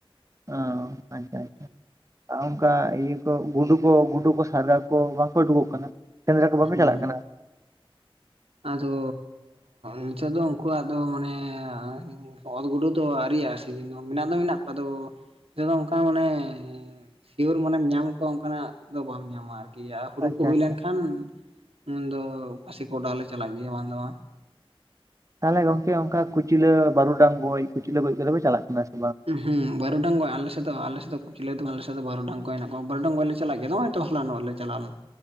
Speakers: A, on the right; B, on the right.
A: ᱚ ᱟᱪᱷᱟ ᱟᱪᱷᱟ ᱾ ᱟᱨ ᱚᱱᱠᱟ ᱤᱭᱟᱹ ᱠᱚ ᱜᱩᱰᱩ ᱠᱚ ᱜᱩᱰᱩ ᱠᱚ ᱥᱟᱨᱫᱟ ᱠᱚ ᱵᱟᱝᱠᱚ ᱩᱰᱩᱠᱚᱜ ᱠᱟᱱᱟ ᱾ ᱥᱮᱸᱫᱽᱨᱟ ᱠᱚ ᱵᱟᱯᱮ
B: ᱦᱩᱸ
A: ᱪᱟᱞᱟᱜ ᱠᱟᱱᱟ?
B: ᱟᱫᱚ ᱱᱤᱛᱚᱜ ᱫᱚ ᱩᱱᱠᱩᱣᱟᱜ ᱟᱫᱚ ᱢᱟᱱᱮ ᱾ ᱚᱞ ᱜᱩᱰᱩ ᱫᱚ ᱟᱹᱣᱤᱭᱜᱼᱟ ᱥᱤᱡᱤᱱ ᱫᱚ ᱢᱮᱱᱟᱜ ᱫᱚ ᱢᱮᱱᱟᱜ ᱠᱚᱣᱟ ᱱᱤᱛᱚᱜ ᱫᱚ ᱚᱱᱠᱟ ᱢᱟᱱᱮ ᱾ ᱥᱤᱭᱳᱨ ᱢᱟᱱᱮᱢ ᱧᱟᱢ ᱠᱚᱣᱟ ᱚᱱᱠᱟᱱᱟᱜ ᱫᱚ ᱵᱟᱢ ᱧᱟᱢᱟ ᱟᱨᱠᱤ ᱾ ᱜᱮᱭᱟ ᱦᱩᱲᱩ
A: ᱟᱪᱪᱷᱟ
B: ᱠᱚ ᱦᱩᱭ
A: ᱟᱪᱪᱷᱟ
B: ᱞᱮᱱᱠᱷᱟᱱ ᱩᱱᱫᱚ ᱯᱥᱤ ᱠᱚ ᱚᱰᱟᱣ ᱞᱮ ᱪᱟᱞᱟᱜ ᱜᱮᱭᱟ ᱵᱟᱝ ᱫᱚ ᱵᱟᱝ ᱾
A: ᱛᱟᱦᱚᱞᱮ ᱜᱚᱝᱠᱮ ᱚᱱᱠᱟ ᱠᱩᱪᱞᱟᱹ ᱵᱟᱹᱨᱩᱰᱟᱝ ᱜᱚᱡ ᱠᱩᱪᱞᱟᱹ ᱜᱚᱡ ᱠᱟᱛᱮᱫᱚᱮ ᱪᱟᱞᱟᱜ ᱠᱟᱱᱟ ᱾
B: ᱦᱩᱸ ᱵᱟᱹᱨᱩᱰᱟᱝᱜ ᱟᱞᱮ ᱥᱮ ᱾ ᱟᱮᱫ ᱫᱚ ᱟᱞᱮᱥᱮᱫ ᱫᱚ ᱯ ᱪᱞᱟᱹ ᱛᱟᱢ ᱟᱞᱮᱮᱫ ᱵᱟᱨᱚᱰᱟᱝ ᱠᱚ ᱦᱮ ᱠᱚᱣᱟ ᱵᱟᱨᱰᱟᱝ ᱵᱟ ᱞᱮ ᱪᱟᱞᱟᱜ ᱜᱮᱭᱟ ᱱᱚᱜᱚᱭ ᱛᱚᱞᱟᱟᱱ ᱱᱚ ᱟ ᱞᱮ ᱪᱟᱞᱟᱣᱱᱟ ᱾